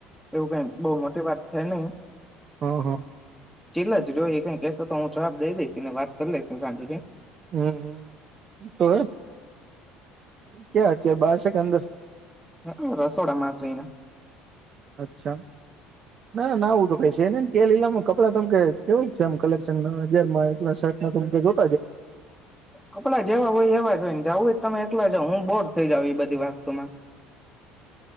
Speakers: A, in the centre; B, on the right.
A: એવું કઈ બઉુ મોટી વાત છે, નહી
B: હમ્મ, હમ્મ
A: ચીલ જ જોઈ, એ કઈ કેહેશો તો હું જવાબ દઈ દઈશ ને વાત ક, લેસો સાજતે
B: હમ તો ક્યાં અત્યારે બાર છે, કે અંદર
A: હ, રસોડા માસઈના.
B: અચ્છા, ના ના ના આવુ તો ક છેને કે લીલામાં કપડાં તમ કેવું છે, એમ કલેક્શન ના હજારમાં એટલા શર્ટ ત
A: કપડા જેવા હોય, એવા ને જવુ, તમે એકલા જ જા હું બોર થઈ જઉ એ બધી વાસ્તુમા